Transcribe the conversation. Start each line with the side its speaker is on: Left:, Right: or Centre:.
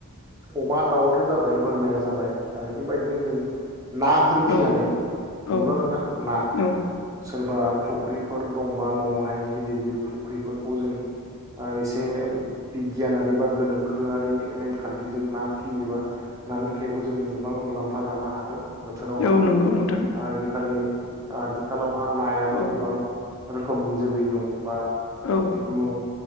Right: अमा दाउआथ' जाबाय बोरमाया जाबाय आरो बेबायदिनो जों नाफोर फिनानै
Left: औ
Right: नंगौना
Left: औ
Right: नोंथां ना
Left: औ
Right: सोरबा फुख्रिफोर दंबा न'आवहाय गिदिर गिदिर फुख्रिफोरखौ जों एसे बिगियानारि बा गोनोखोआरि नेमखान्थि जों ना फियोबा नानिफ्रायबो जों गोबां मुलाम्फा जानो हागोन बोथोरावहा
Left: औ नंगौ नोंथां
Right: आजिखालि आथिखालावहा नायाबो
Left: औ
Right: गोबां रोखोमनि जोलै दं बा
Left: औ
Right: जिखुनु